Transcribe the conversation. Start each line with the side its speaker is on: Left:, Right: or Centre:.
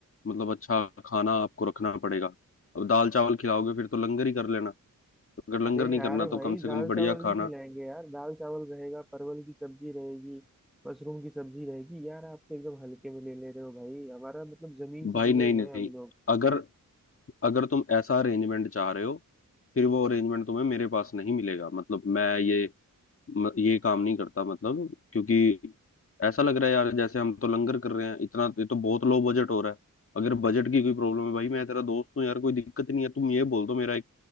Left: मतलब अच्छा खाना आपको रखना पड़ेगा अब दाल चावल खिलाओगे फिर तो लंगर ही कर लेना अगर लंगर
Centre: अरे
Left: नहीं
Centre: यार
Left: करना तो
Centre: भाई
Left: कम से
Centre: दाल
Left: कम बढ़िया
Centre: चावल नहीं
Left: खाना
Centre: खिलाएंगे यार दाल चावल रहेगा परवल की सब्जी रहेगी मशरूम की सब्जी रहेगी यार आप तो एकदम हल्के में ले ले रहे हो भाई हमारा मतलब जमीन
Left: भाई
Centre: से जुड़े
Left: नहीं
Centre: हुए
Left: नहीं
Centre: हैं हम लोग
Left: अगर अगर तुम ऐसा अरेंजमेंट चाह रहे हो फिर वो अरेंजमेंट तुम्हें मेरे पास नहीं मिलेगा मतलब मैं ये म, ये काम नहीं करता मतलब क्योंकि ऐसा लग रहा है यार जैसे हम तो लंगर कर रहे हैं इतना ये तो बहुत लो बजट हो रहा है अगर बजट की कोई प्रॉब्लम है भाई मैं तेरा दोस्त हूँ यार कोई दिक्कत नहीं है तुम ये बोल दो मेरा एक